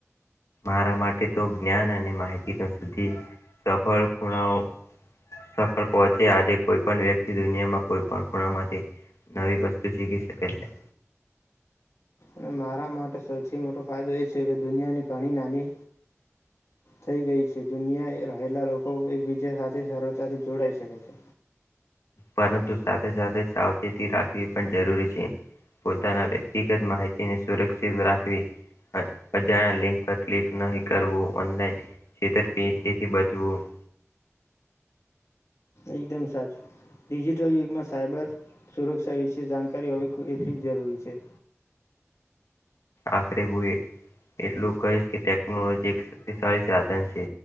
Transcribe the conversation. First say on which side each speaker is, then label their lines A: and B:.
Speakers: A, on the left; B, on the left.
A: મારા માટે તો જ્ઞાન અને માહિતી પસેથી સફળ ખૂણાઓ સફળ પહોંચે આજે કોઈ પણ વ્યક્તિ દુનિયામાં કોઈ પણ ખૂણામાંથી નવી વસ્તુ શીખી શકે છે.
B: અને મારા માટે સૌથી મોટો ફાયદો એ છે કે દુનિયાની ઘણી નાની થઈ ગઈ છે દુનિયા રહેલા લોકો એકબીજા સાથે સરળતાથી જોડાઈ શકે છે.
A: પરંતુ સાથે સાથે સાવચેતી રાખી એ પણ જરૂરી છે. પોતાના વ્યક્તિગત માહિતીની સુરક્ષા રાખવી અ અજા લિંક પર ક્લિક નહી કરવું ઓનલાઈન છેતરપિંડી થી બચવું
B: એકદમ સાચું ડિજિટલ યુગમાં સાયબર સુરક્ષા વિશે જાણકારી હોવી એટલી જ જરૂરી છે.
A: આખરે હું એટલું કહીશ કે ટેકનોલોજી એક શક્તિશાળી સાધન છે